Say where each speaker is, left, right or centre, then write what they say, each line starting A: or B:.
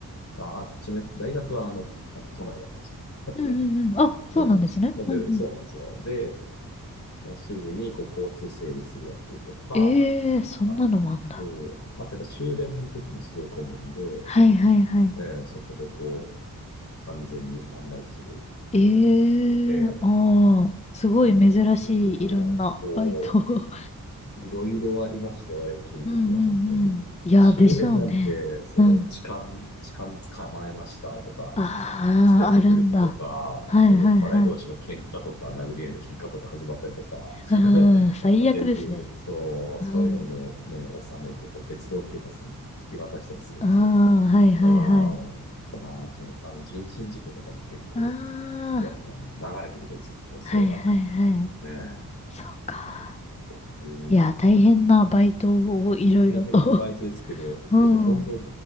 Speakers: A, on the left (about 45°); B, on the left (about 20°).
A: あ、あ、一面、大学はあの、ちゃんと都内だったんですよ。
B: うんうんうん。あ、そうなんですね。
A: うん、混んでる、
B: うんうん。
A: そうなんですよ。で、ラッシュ時にこう交通整理する役とか、
B: ええー、そんなのもあんだ。
A: あ、そう、あとやっぱ終電の時もすごい混むんで、
B: はいはいはい。
A: えーそこでこう、安全に案内するような感じで、
B: え
A: えー
B: えー、ああ、すごい珍しいいろんなバイト。
A: でも本当、そう、
B: <laughs>
A: いろいろありましたよ、駅の時は、
B: うんうんうん。
A: 本当に。
B: いや、
A: 終電なんて、
B: でしょうね。
A: そう、
B: うん。
A: 痴漢、痴漢捕まえましたとか、
B: ああ、
A: 連れてくる人とか、
B: あるんだ。はいはいはい。
A: そう、酔っ払い同士の喧嘩とか、殴り合いの喧嘩とか始まったりとか、
B: うん、
A: <laughs>
B: 最悪ですね。
A: やっぱ平気で、そう、
B: うん。
A: そういうのもね、収めて、こう鉄道警察に引き渡したりするんですよ。
B: ああ、はいはいはい。
A: ああ、とか、あと、あの、人身事故とかも結構、
B: あ
A: やっぱ流れてくるんですよ、
B: あ、
A: 放送が。
B: はいはいはい。
A: ねえ。
B: そっか。
A: ああいうのってうん。
B: いや、大変なバイトをいろいろと
A: 大変なバイトですけど、
B: うん。
A: でも本当、